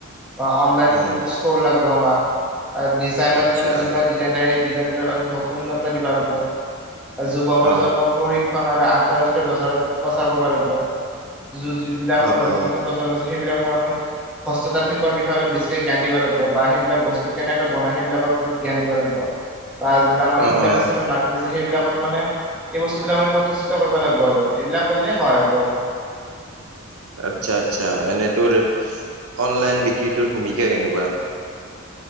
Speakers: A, in the centre; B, on the right.
A: বা অনলাইন
B: উম
A: ষ্ট'ৰ লাগিব আমাক। ডিজাইনত
B: আচ্ছা
A: মানে যিবিলাক ডিজাইন থাকে সেই ডিজাইন বিলাক আৰু নতুনত্ত্ব দিব লাগিব। যুবপ্ৰজন্মক
B: অ
A: প্ৰশিক্ষ ক্ষণ আৰু আন্তঃৰাষ্ট্ৰীয় বজাৰত প্ৰচাৰ কৰিব লাগিব। য'ত যিবিলাক আমৰ
B: অ
A: নতুন
B: অ
A: নতুন প্ৰজন্ম আছে সেইবিলাক মানে হস্ত তাঁত শিল্পৰ বিষয়ে অলপ বেছিকে জ্ঞান দিব লাগিব, বা সেইবিলাক বস্তু কেনেকে বনাই সেইবিলাক ওপৰত জ্ঞান দিব লাগিব। গিব বা যিবিলাক
B: অ
A: ইণ্টাৰনেশ্যনেল
B: অ
A: মাৰ্কেট ছে সেইবিলাকত মানে এই বস্তুবিলাক আমি প্ৰতিষ্ঠিত কৰিব লাগিব আৰু, এইবিলাক কৰিলে সহায় হ'ব আৰু।
B: আচ্ছা আচ্ছা এনেই তোৰ অনলাইন বিক্ৰীটোৰ ভূমিকা কেনেকুৱা?